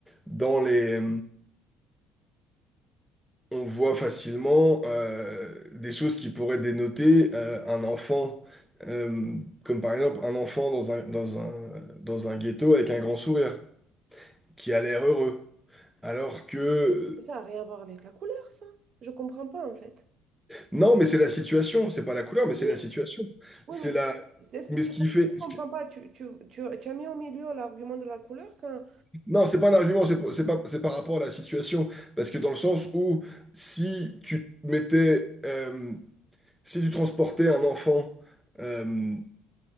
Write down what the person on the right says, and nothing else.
Ça n'a rien à voir avec la couleur, ça. Je comprends pas, en fait.
Oui,
Oui,
mais
tu- c'est
c'est
pour
ça que je comprends
pas. Tu, tu, tu, tu as mis au milieu l'argument de la couleur quand...